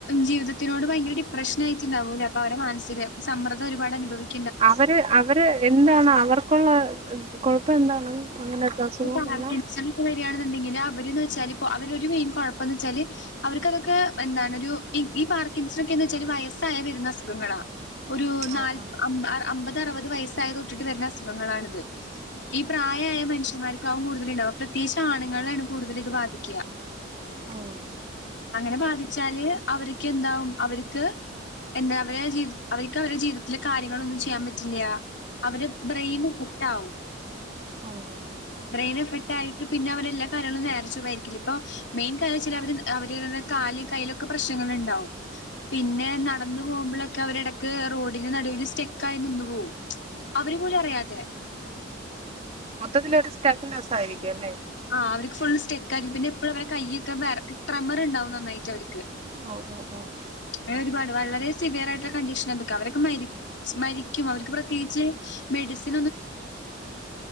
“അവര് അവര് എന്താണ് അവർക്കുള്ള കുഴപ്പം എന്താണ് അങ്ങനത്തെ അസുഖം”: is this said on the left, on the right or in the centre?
Right